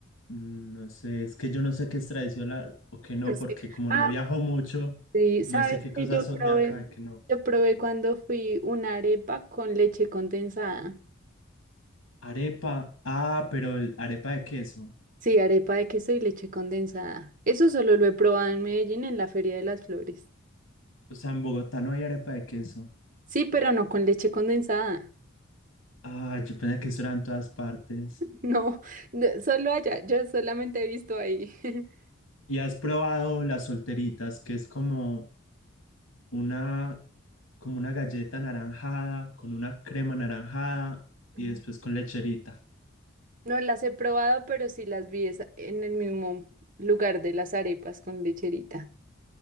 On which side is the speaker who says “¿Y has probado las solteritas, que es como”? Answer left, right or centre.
Left